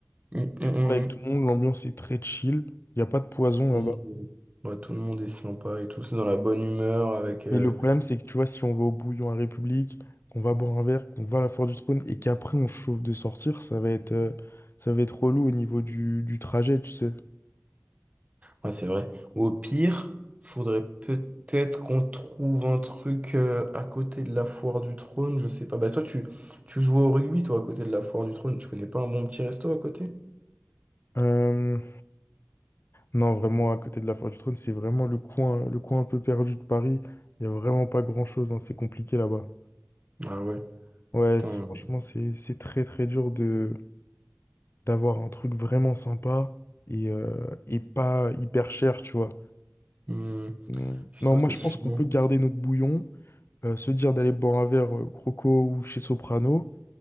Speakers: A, on the right; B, on the left.
A: Mm, mm,
B: Tu parles avec tout le monde, l'ambiance est très chill, il n'y a pas de poison
A: mm.
B: là-bas.
A: Mm. Ouais, tout le monde est sympa et tout. C'est dans la bonne humeur avec. euh,
B: Mais le problème, c'est que tu vois, si on va au Bouillon à République, qu'on va boire un verre, qu'on va à la foire du trône et qu'après on se chauffe de sortir, ça va être, euh, ça va être relou au niveau du, du trajet, tu sais.
A: Ouais, c'est vrai. Ou au pire, faudrait peut-être qu'on trouve un truc euh, à côté de la foire du trône, je sais pas. Bah toi, tu, tu joues au rugby, toi, à côté de la foire du trône. Tu connais pas un bon petit resto à côté?
B: Euh, Non, vraiment, à côté de la Forge du Trône, c'est vraiment le coin, le coin un peu perdu de Paris. Il n'y a vraiment pas grand-chose, hein, c'est compliqué là-bas.
A: Ah ouais,
B: Ouais,
A: putain.
B: c'est- franchement, c'est c'est très très dur de d'avoir un truc vraiment sympa et, euh, et pas hyper cher, tu vois.
A: Hmm,
B: Mm.
A: Putain,
B: Non, moi
A: c'est
B: je
A: chiant.
B: pense qu'on peut garder notre bouillon, euh, se dire d'aller boire un verre euh, Croco ou chez Soprano.